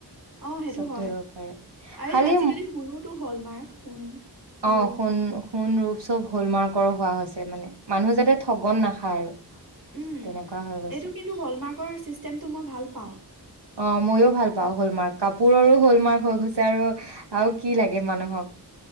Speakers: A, on the right; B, on the right.
A: অ', সেইটো
B: চব
A: হয়
B: ধৰিব পাৰে
A: আৰে
B: খালি
A: আজিকালি সোনোতো হ'ল মাৰ্ক। সোণ ৰূপ
B: অ', সোণ সোণ ৰূপ চব হলমাৰ্কৰো হোৱা হৈছে মানে, মানুহ যাতে ঠগন নাখায় আৰু।
A: উম',
B: তেনেকুৱা হৈ গৈছে
A: এইটো কিন্তু হলমাৰ্কৰ ছিষ্টেমটো মই ভাল পাওঁ।
B: অ', মইয়ো ভাল পাওঁ হ'ল মাৰ্ক কাপোৰৰো হল মাৰ্ক হৈ গৈছে আৰু আৰু কি লাগে মানুহক।